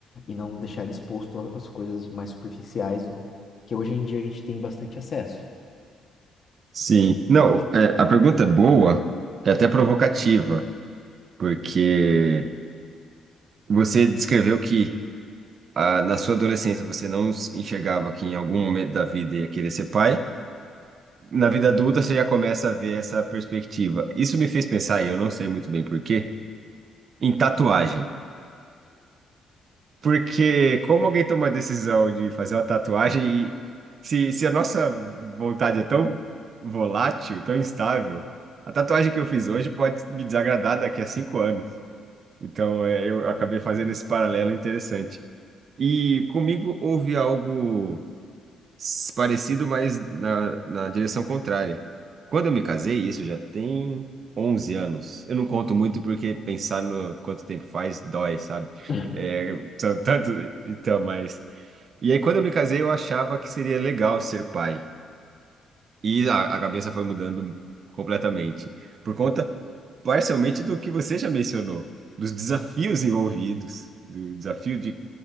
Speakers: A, on the left; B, on the right.
A: e não deixar ele exposto às coisas mais superficiais que hoje em dia a gente tem bastante acesso.
B: sim. Não, é, a pergunta é boa, é até provocativa, porque você descreveu que ah, na sua adolescência você não s- enxergava que em algum momento da vida ia querer ser pai. Na vida adulta você já começa a ver essa perspectiva. Isso me fez pensar, e eu não sei muito bem por quê, em tatuagem. Porque como alguém toma a decisão de fazer uma tatuagem e se, se a nossa vontade é tão volátil, tão instável, a tatuagem que eu fiz hoje pode me desagradar daqui a cinco anos. Então, é, eu acabei fazendo esse paralelo interessante. E comigo houve algo s- parecido, mas na, na direção contrária. Quando eu me casei, isso já tem 11 anos. Eu não conto muito porque pensar no quanto tempo faz dói, sabe?
A: <laughs>
B: É, são tanto, então, mas. E aí, quando eu me casei, eu achava que seria legal ser pai. E a, a cabeça foi mudando completamente. Por conta, parcialmente, do que você já mencionou, dos desafios envolvidos, do desafio de